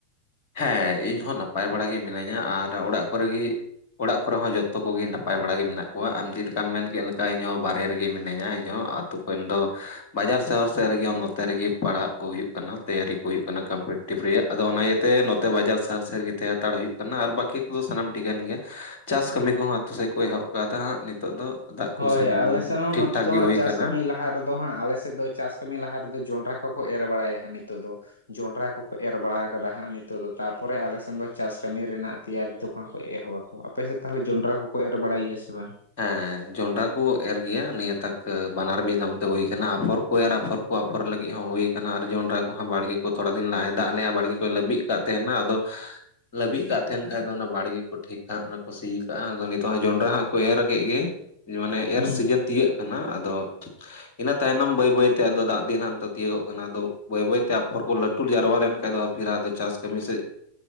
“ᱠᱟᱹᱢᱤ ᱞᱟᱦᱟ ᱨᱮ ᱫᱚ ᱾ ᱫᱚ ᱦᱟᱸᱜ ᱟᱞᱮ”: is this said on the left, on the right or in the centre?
Left